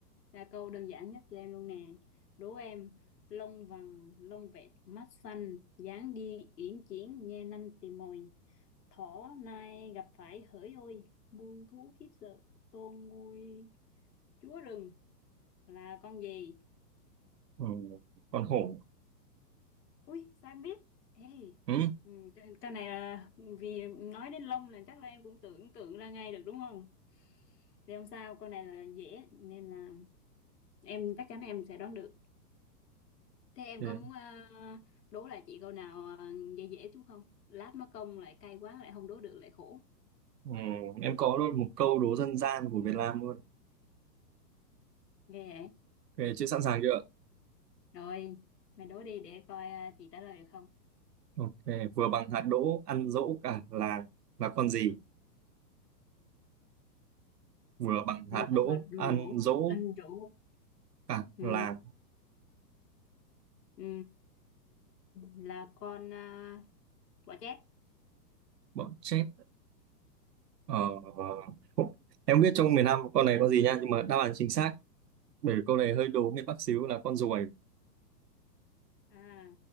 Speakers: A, on the left; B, on the right.
A: Là câu đơn giản nhất cho em luôn nè. Đố em lông vàng lông vẹn mắt xanh dáng đi uyển chuyển nhe nanh tìm mồi thỏ nai gặp phải hỡi ôi muôn thú khiếp sợ tôn nguôi chúa rừng là con gì
B: ừ, con hổ
A: ui sao em biết Ê,
B: ừ,
A: cái cái này là vì nói đến lông là chắc là em cũng tưởng tượng ra ngay được đúng không thì không sao câu này là dễ nên là em chắc chắn em sẽ đoán được thế em
B: thế
A: có
B: à?
A: muốn ờ, đố lại chị câu nào ờ, dễ dễ chút không lát mất công lại cay quá lại không đố được lại khổ
B: ừ, em có luôn một câu đố dân gian của Việt Nam luôn
A: ghê vậy
B: ok chị sẵn sàng chưa ạ?
A: rồi mày đố đi để coi ờ, chị trả lời được không
B: ok vừa bằng hạt đỗ ăn dỗ cả làng là con gì vừa bằng
A: vừa
B: hạt đỗ
A: hoạt rủ
B: ăn dỗ
A: anh rủ
B: cả
A: ừ,
B: làng
A: ừ, là con ờ, bọ chét
B: bọn chết ờ, em không biết trong miền Nam con này có gì nha nhưng mà đáp án chính xác bởi vì câu này hơi đố miền Bắc xíu là con ruồi
A: À,